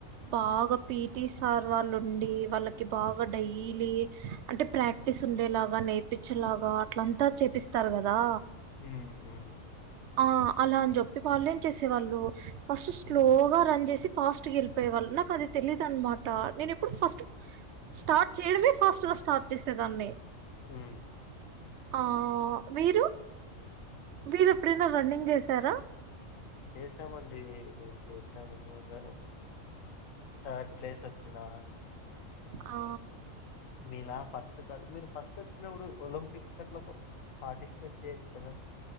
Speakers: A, on the right; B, on the left.
A: బాగా పీటి సార్ వాళ్ళు ఉండి వాళ్ళకి బాగా డైలీ అంటే ప్రాక్టీస్ ఉండేలాగా నేర్పించేలాగా అట్లంతా చేపిస్తారు గదా
B: ఉమ్ మ్మ్
A: ఆ అలా అని చెప్పి వాళ్ళు ఏం చేసేవాళ్ళు ఫస్ట్ స్లోగా
B: హ్మ్.
A: రన్ చేసి ఫాస్ట్ గా యేళ్లిపోయేవాళ్ళు నాకు అది తెలీయదనమాట నేను ఎప్పుడు ఫస్ట్ స్టార్ట్ చేయడమే ఫాస్ట్ గా స్టార్ట్ చేసేదాన్ని
B: మ్మ్
A: ఆ మీరు మీరెప్పుడైనా రన్నింగ్ చేసారా
B: చేశామంటే డీ మేము చేసాను ఇది వరకు థర్డ్ ప్లేస్ వచ్చినా
A: ఆ
B: మీలా ఫస్ట్ కాదు మీరు ఫస్ట్ వచ్చినప్పుడు ఒలింపిక్స్ గట్ల పార్టిసిపేట్ చేయచ్చు కదా